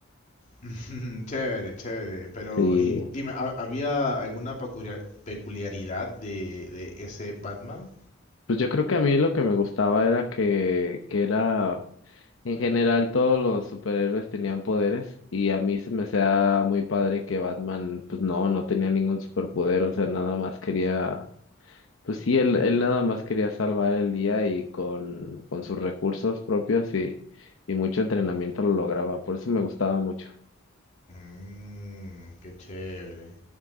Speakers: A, on the left (about 35°); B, on the left (about 70°).
A: <laughs> Chévere, chévere. Pero,
B: Sí,
A: y dime, ¿ha- ¿había alguna peculiar- peculiaridad de, de ese Batman?
B: pues yo creo que a mí lo que me gustaba era que, que era, en general todos los superhéroes tenían poderes y a mí se me hacía muy padre que Batman, pues no, no tenía ningún superpoder, o sea, nada más quería Pues sí, él, él nada más quería salvar el día y con, con sus recursos propios y, y mucho entrenamiento lo lograba. Por eso me gustaba mucho.
A: Mmm, qué chévere.